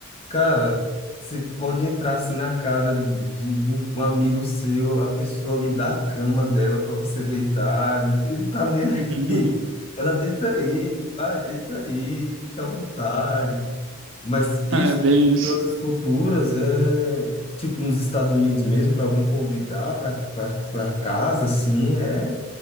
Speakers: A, on the left; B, on the right.
A: Cara, você pode entrar assim na casa de, de um um amigo seu, a pessoa lhe dá a cama dela para você deitar, e não tá nem
B: <laughs>
A: aí. <laughs> Ela deita aí, vai, deita aí, fica à vontade. Mas isso
B: É bem
A: em
B: isso.
A: outras culturas é, tipo nos Estados Unidos mesmo, para alguém convidar para casa, assim, é,